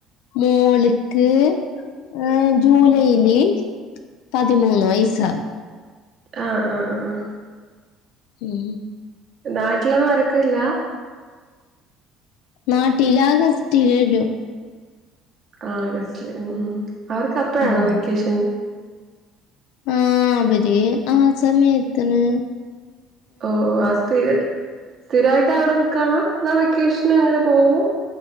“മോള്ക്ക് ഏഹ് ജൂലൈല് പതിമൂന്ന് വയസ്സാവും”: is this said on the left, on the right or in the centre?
Left